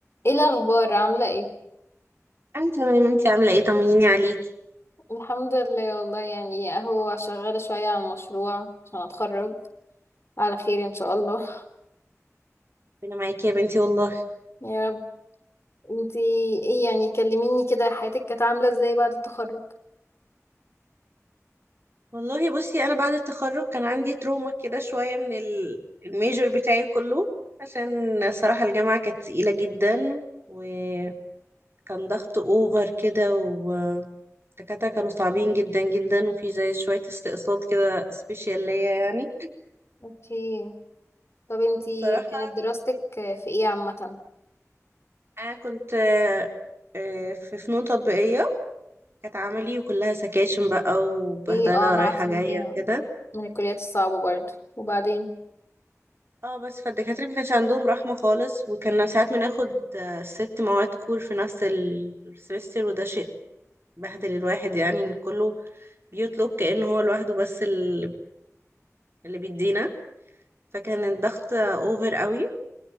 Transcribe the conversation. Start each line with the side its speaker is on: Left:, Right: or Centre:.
Left: ايه الاخبار عامله ايه
Right: انا تمام انتي عامله ايه طمنيني عليكي
Left: الحمد لله والله يعني اهو شغاله شويه على المشروع عشان اتخرج على خير ان شاء الله
Right: انا معاكي يا بنتي والله
Left: <laughs> يا رب انتي ايه يعني كلميني كده حياتك كانت عامله ازاي بعد التخرج
Right: والله بصي انا بعد التخرج كان عندي تروما كده شويه من ال- الميجر بتاعي كله عشان صراحه الجامعه كانت تقيله جدا وكان ضغط اوفر كده والدكاتره كانوا صعبين جدا جدا وفي زي شويه استقصاد كده سبيشال ليا يعني
Left: اوكي طب انتي
Right: صراحه
Left: كانت دراستك في ايه عامه
Right: انا كنت آه، آه، في فنون تطبيقيه كانت عملي وكلها سكاشن بقى وبهدله
Left: ليه اه انا
Right: رايحه
Left: عارفه
Right: جايه
Left: ان هي
Right: كده
Left: من الكليات الصعبه برضه وبعدين
Right: اه بس فالدكاترة ما كانش عندهم رحمة خالص وكنا ساعات بناخد آه، ست مواد كور في نفس السمستر وده شيء بهدل الواحد يعني إن كله بيطلب كأنه هو لوحده بس ال- اللي بيدينا فكان الضغط اوفر قوي